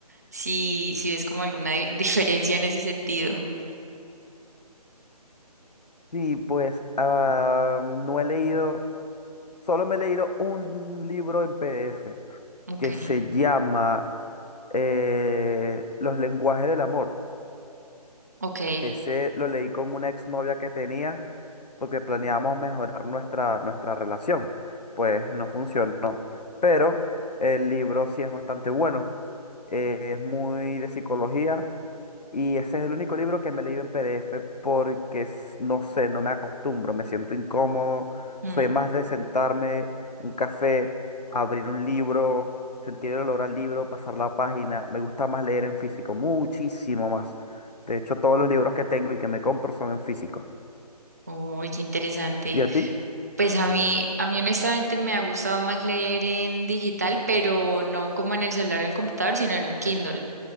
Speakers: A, on the right; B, on the left.
A: si, si ves como alguna di- <laughs> diferencia en ese sentido.
B: sí, pues ah, no he leído, solo me he leído un libro en PDF.
A: Ok,
B: que se llama eh, Los lenguajes del amor.
A: ok.
B: Ese lo leí con una exnovia que tenía porque planeábamos mejorar nuestra, nuestra relación. Pues no funcionó. Pero el libro sí es bastante bueno. Eh, es muy de psicología y ese es el único libro que me he leído en PDF porque, s- no sé, no me acostumbro, me siento incómodo.
A: Mm.
B: Soy más de sentarme, un café, abrir un libro, sentir el olor al libro, pasar la página. Me gusta más leer en físico, muchísimo más. De hecho, todos los libros que tengo y que me compro son en físico.
A: Uy, qué interesante.
B: ¿Y a ti?
A: Pues a mí, a mí honestamente me ha gustado más leer en digital, pero no como en el celular o en el computador, sino en un Kindle.